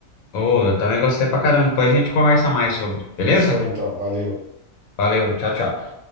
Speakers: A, on the left; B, on the right.
A: Oh, eu também gostei pra caramba. Depois a gente conversa mais sobre,
B: Fechou
A: beleza?
B: então, valeu.
A: Valeu, tchau, tchau.